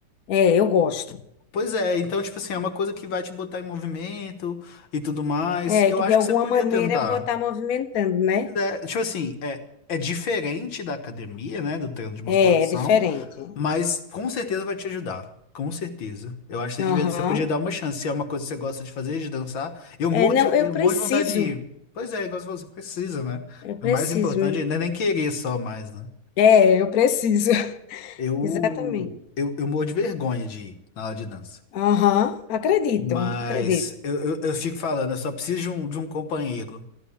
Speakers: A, on the left; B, on the left.
A: é, eu gosto.
B: Pois é, então, tipo assim, é uma coisa que vai te botar em movimento e tudo mais.
A: É,
B: Eu
A: que
B: acho
A: de alguma
B: que você podia
A: maneira
B: tentar.
A: eu vou estar movimentando, né?
B: É, tipo assim, é, é diferente da academia, né? Do treino de musculação.
A: É, é diferente.
B: Mas com certeza vai te ajudar. Com certeza. Eu acho que
A: Aham.
B: você devia- você podia dar uma chance. Se é uma coisa que você gosta de fazer, de dançar. Eu
A: É,
B: morro
A: não,
B: de,
A: eu
B: eu
A: preciso,
B: morro de vontade de ir. Pois é, igual você falou, você precisa, né?
A: eu preciso.
B: O mais importante não é nem querer só mais, né?
A: É, eu preciso. <laughs>
B: Eu,
A: Exatamente.
B: eu, eu morro de vergonha de ir na aula de dança.
A: Aham, Acredito,
B: Mas
A: acredito.
B: eu, eu, eu fico falando, eu só preciso de um, de um companheiro,